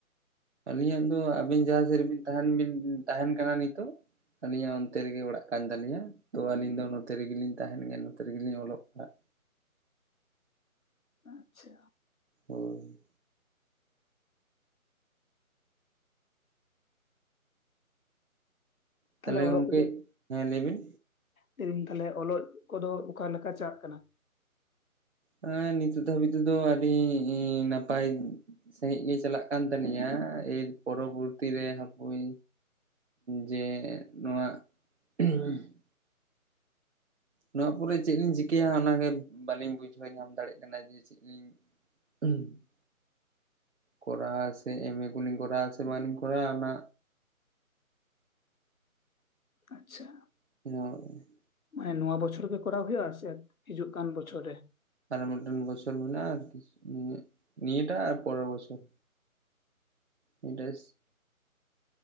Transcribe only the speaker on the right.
ᱟᱹᱞᱤᱧᱟᱜ ᱫᱚ ᱟᱹᱵᱤᱱ ᱡᱟᱦᱟᱸ ᱥᱮᱫ ᱨᱮᱵᱤᱱ ᱛᱟᱦᱮᱱ ᱵᱤᱱ ᱛᱟᱦᱮᱱ ᱠᱟᱱᱟ ᱱᱤᱛᱚᱜ ᱟᱹᱞᱤᱧᱟᱜ ᱚᱱᱛᱮ ᱨᱮᱜᱮ ᱚᱲᱟᱜ ᱠᱟᱱ ᱛᱟᱹᱟᱞᱤᱧᱟ ᱛᱚ ᱟᱹᱞᱤᱧ ᱫᱚ ᱱᱚᱛᱮ ᱨᱮᱜᱮᱞᱤᱧ ᱛᱟᱦᱮᱱ ᱜᱮᱭᱟ ᱱᱚᱛᱮ ᱨᱮᱜᱮ ᱞᱤᱧ ᱚᱞᱚᱜ ᱯᱟᱲᱟᱜ
ᱦᱩᱸ
ᱛᱟᱦᱚᱞᱮ
ᱜᱚᱝᱠᱮ
ᱦᱮᱸ ᱞᱟᱹᱭ ᱵᱤᱱ
ᱦᱮᱸ ᱱᱤᱛᱚᱜ ᱫᱷᱟᱹᱵᱤᱡ ᱛᱮᱫᱚ ᱟᱹᱰᱤ ᱤ ᱱᱟᱯᱟᱭ ᱥᱟᱹᱦᱤᱡ ᱜᱮ ᱪᱟᱞᱟᱜ ᱠᱟᱱ ᱛᱟᱞᱤᱧᱟ ᱮᱤᱨ ᱯᱚᱨᱚᱵᱚᱨᱛᱤ ᱨᱮ ᱦᱟᱯᱳᱭ ᱡᱮ ᱱᱚᱣᱟ <unintelligible> ᱱᱚᱣᱟ ᱯᱚᱨᱮ ᱪᱮᱫᱞᱤᱧ ᱪᱤᱠᱟᱹᱭᱟ ᱚᱱᱟᱜᱮ ᱵᱟᱞᱤᱧ ᱵᱩᱡᱷᱟᱹᱣ ᱧᱟᱢ ᱫᱟᱲᱮᱭᱟᱜ ᱠᱟᱱᱟ ᱡᱮ ᱪᱮᱫ ᱞᱤᱧ <unintelligible> ᱠᱚᱨᱟᱣ-ᱟ ᱥᱮ ᱮᱢ ᱮ ᱠᱚᱞᱤᱧ ᱠᱚᱨᱟᱣ-ᱟ ᱥᱮ ᱵᱟᱞᱤᱧ ᱠᱚᱨᱟᱣ ᱟ ᱚᱱᱟ
<unintelligible>
ᱟᱨ ᱢᱤᱫᱴᱮᱱ ᱵᱚᱪᱚᱨ ᱢᱮᱱᱟᱜᱼᱟ ᱱᱤ ᱱᱤᱭᱟᱹᱴᱟᱜ ᱟᱨ ᱯᱚᱨᱮᱨ ᱵᱪᱷᱚᱨ ᱰᱮᱥ